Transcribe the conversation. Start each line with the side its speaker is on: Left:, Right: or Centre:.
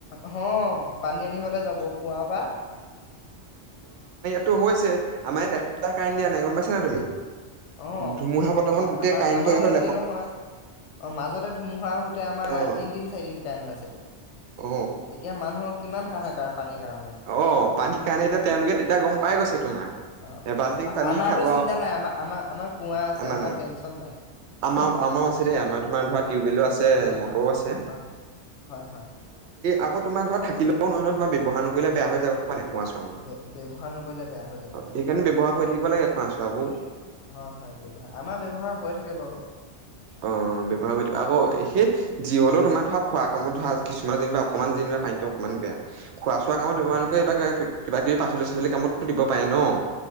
Left: হ পানী আনিবলে যাব কুঁৱা পা।
Right: টো হৈছে। আমাৰ ইয়াত এসপ্তাহ কাৰেণ্ট দিয়া নাই গম পাইছা নে তুমি?
Left: অ
Right: ধুমুহা-বতাহত গোটেই
Left: আমাৰ
Right: কাৰেণ্ট
Left: আমাৰো
Right: পৰি হ'ল
Left: একেই
Right: এশ
Left: নহয় অ মাজতে ধুমুহা। আমাৰ
Right: অ
Left: তিনদিন-চাৰিদিন কাৰেণ্ট নাছিলে।
Right: অ
Left: তেতিয়া মানুহক কিমান হাহাকাৰ পানীৰ কাৰণে
Right: অ পানীৰ কাৰণে এতিয়া তেওঁলোকে তেতিয়া গম পাই গৈছে। তোমাৰ।
Left: অ
Right: এবাল্টিং পানী
Left: আমাৰতো
Right: খাব
Left: চিন্তা নাই আমাৰ আমাৰ আমাৰ কুঁৱা আছে
Right: মানে
Left: আমাৰ টেনচন নাই
Right: আমাৰ
Left: হুম
Right: আমাৰো আছে দেই আমাৰ তোমাৰ ধৰা টিউবৱেলো আছে
Left: হয়
Right: মটৰো আছে
Left: অ হয় হয়
Right: আক তোমাৰ ধৰা থাকিলে নহয় তোমাৰ ব্যৱহাৰ ন ব বেয়া হৈ যাব মানে কুঁৱা চোৱা
Left: বে- ব্যৱহাৰ নকৰিলে বেয়া হৈ যায় হয়
Right: সেইকাৰণে ব্যৱহাৰ কৰি থাক কৰিব লাগে চাবোৰ
Left: বে- হয় হয় ব্যৱহাৰ আমাৰ ব্যৱহাৰ হৈ থাকে বাৰু
Right: অ ব্যৱহাৰ কৰি দিব আকৌ সেই
Left: উম
Right: যি হলেও তোমাৰ ধৰক খোৱা কামত ধৰা কিছুমান যেনিবা অকণমান যেনিবা পানীতটো অকণমান বেয়া খোৱা কোৱা কামতান
Left: উম, বেয়া
Right: নকৰি কিবা কি কিবা কিবি পাচলি চাচলি কামতো দিব পাৰে ন'।